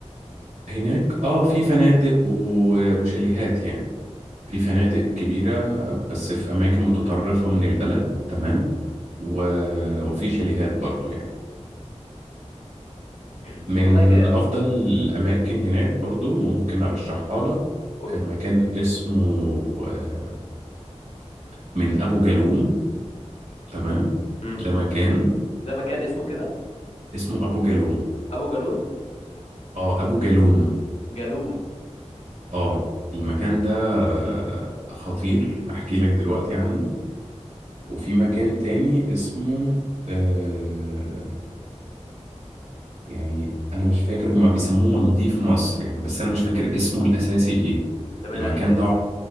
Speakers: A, on the right; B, on the left.
A: هناك اه في فنادق و- وشاليهات يعني في فنادق كبيرة بس في أماكن متطرفة من البلد تمام و... وفي شاليهات برضو يعني
B: <clears throat>
A: من
B: والله جامد
A: أفضل الأماكن هناك برضو ممكن أرشحها لك
B: قول
A: مكان
B: لي
A: اسمه آه، من أبو جالوم تمام
B: امم
A: ده مكان
B: ده مكان اسمه كده
A: اسمه أبو جالوم
B: ابو جالون
A: اه أبو جالوم
B: جالوم
A: اه المكان ده آه،
B: امم
A: خطير أحكي لك دلوقتي عنه وفي مكان تاني اسمه آه يعني أنا مش فاكر هما بيسموه مالديف مصر يعني بس أنا مش فاكر اسمه الأساسي إيه
B: ده باين
A: المكان
B: عليه جامد
A: ده